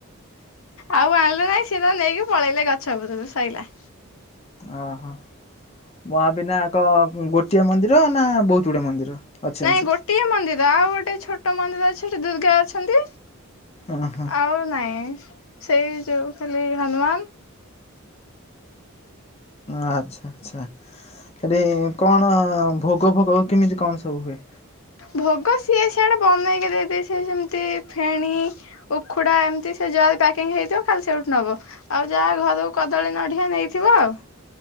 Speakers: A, on the left; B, on the left.
A: ଆଉ ଆଣିଲୁ ନାଇଁ ସିଏ ତ ନେଇକି ପଳେଇଲେ ଗଛ ବତରୁ ସଇଲା।
B: ଓହୋ ମହାବିନାୟାକ ଗୋଟିଏ ମନ୍ଦିର ନା ବହୁତ ଗୁଡଏ ମନ୍ଦିର? ଅଛନ୍ତି
A: ନାଇଁ
B: ସେଠି?
A: ଗୋଟିଏ ମନ୍ଦିର ଆଉ ଗୋଟେ ଛୋଟ ମନ୍ଦିର ଅଛି ସେଠି ଦୁର୍ଗା ଅଛନ୍ତି।
B: ଓହୋ
A: ଆଉ ନାଇଁ ସେଇ ଯୋଉ ଖାଲି ହନୁମାନ
B: ଆଚ୍ଛା ଆଚ୍ଛା ଏଠି କଣ ଭୋଗ ଭୋଗ କେମିତି କଣ ସବୁ ହୁଏ।
A: ଭୋଗ ସିଏ ସିଆଡେ ବନେଇକି ଦେଇଦ ସ ଯେମିତି ଫେଣି ଉ ଖୁଡା ଏମିତି ସେ ଜରି ପ୍ୟାକିଂ ହେଇଥିବ ଖାଲି ସେଇଠୁ ନବ। ଆଉ ଯାହା ଘରୁ କଦଳୀ ନଢଆ ନେଇଥିବ ଆଉ।